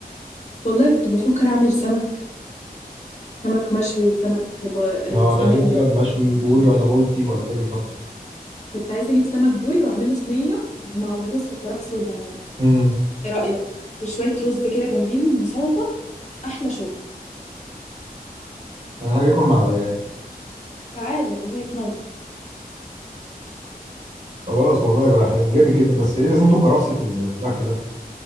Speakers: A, on the left; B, on the right.
A: والله كنت بفكر اعمل سمك سمك مشوي وسمك ب... آه،
B: اه
A: صينية
B: تعمليه مقلي ولا مشوي بوري ولا بولتي ولا ايه بالظبط؟
A: كنت عايزة اجيب سمك بوري واعمله صينية مع البطاطس والكرفس والليمون
B: امم
A: ايه رأيك وشوية رز كده جنبيهم وسلطة أحلى شغل
B: انا هاجي اكل مع العيال
A: تعالى والله تنور
B: خلاص والله يبقى جامد جدا بس ايه لازمته الكرفس في, ال- في الاكل ده؟